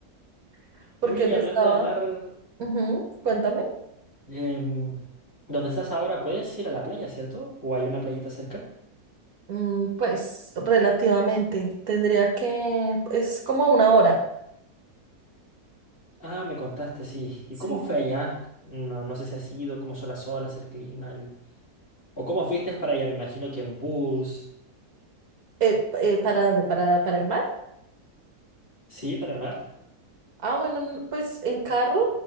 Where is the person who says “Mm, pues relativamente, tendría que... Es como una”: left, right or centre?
Right